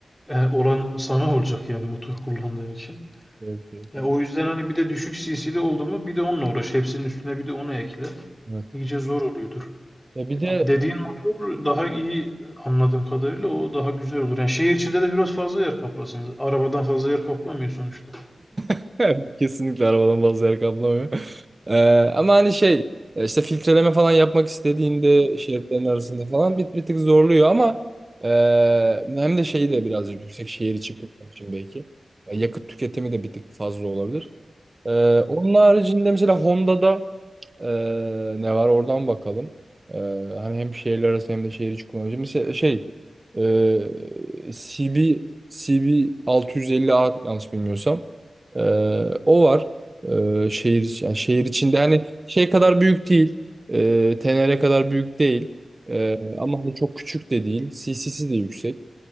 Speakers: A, in the centre; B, on the right (about 35°).
A: e, olan sana olacak yani motor kullandığın için.
B: Evet, evet.
A: Ya o yüzden hani bir de düşük CC'li oldu mu bir de onunla uğraş. Hepsinin üstüne bir de onu ekle.
B: Evet.
A: İyice zor oluyordur.
B: Ya bir de
A: Ama Dediğin motor daha iyi anladığım kadarıyla o daha güzel olur. Yani şehir içinde de biraz fazla yer kaplasınız. Arabadan fazla yer kaplamıyor sonuçta.
B: <laughs> Evet, Kesinlikle arabadan bazı yer kaplamıyor. <laughs> Ee, ama hani şey e, işte filtreleme falan yapmak istediğinde şeritlerin arasında falan bir, bir tık zorluyor ama e, hem de şeyi de birazcık yüksek şehir içi kullanım için belki. E, yakıt tüketimi de bir tık fazla olabilir. E, onun haricinde mesela Honda'da ee, ne var oradan bakalım. Ee, hani hem şehirler arası hem de şehir içi kullanıcı. Mesela şey e, CB CB 650R yanlış bilmiyorsam. Ee, o var. Ee, şehir iç- yani şehir içinde hani şey kadar büyük değil. Ee, Tenere kadar büyük değil. Ee, ama hani çok küçük de değil. CC'si de yüksek.